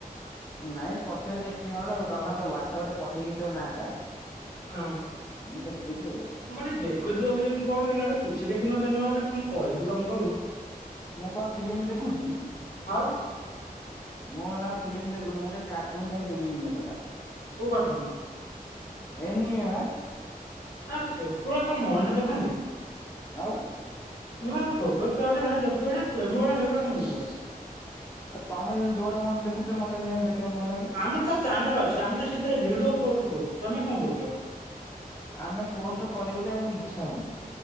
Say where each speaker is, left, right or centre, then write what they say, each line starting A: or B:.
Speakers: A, on the left (about 20°); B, on the left (about 80°).
A: ନାଇଁ ପଛରେ ଦେଖିବି। ନହେଲେ ଆଉ
B: ହଁ।
A: ତମେ ତ ହୁଆଟସଅପ ରେ ପଠେଇ ଦେଇଥିବ ନା ଟା।
B: ହଁ।
A: ମୁଁ ଦେଖିଦେବି ଆଉ।
B: ମୁଁ କହିଲି ଦେଖୁଥିବ କି କଣ ଦେଖିଲା ବଳକୁ କିଛି ଦେଖିନ। ତମେ ଗୋଟେ କଣ କହିବି ତମକୁ ଆଉ।
A: ମୁଁ କଣ ଫିଲ୍ମ ଦେଖୁଚି। ମୁଁ
B: ଆଉ
A: ନା ଫିଲ୍ମ ଦେଖୁନି ମୁଁ ଟିକେ କାର୍ଟୁନ ଖାଲି ଦେଖୁଚି ଦିନସାରା।
B: କଉ କାର୍ଟୁନ୍?
A: ଏନିମିଆ ବା।
B: ଆ ସେଗୁଡା କଣ ମଣିଷ ଦେଖନ୍ତି।
A: ଆଉ
B: ତୁ ଆଉ ଛୋଟ ଛୁଆ ଟେ ହେରା ଦେଖୁ ହେଉଡା ପେମ ଉଡା ହେଉଡା କଣ ଦେଖୁଚ?
A: ତମେ ଯେମିତି ଡୋରେମନ ଦେଖୁଛ ମତେ ସେମିତି ଦେଖିବାକୁ ଭଲ ଲାଗେ।
B: ଆମର ତ ଚାନେଲ ଅଛି ଆମେ ସେଥିରେ ଭିଡିଓ ପୋଷ୍ଟ କରୁଛୁ। ତମେ କଣ କରୁଛ?
A: ଆମେ ପୋଷ୍ଟ କରିବୁ ଯେ ଆମକୁ ଇଛା ହଉନି।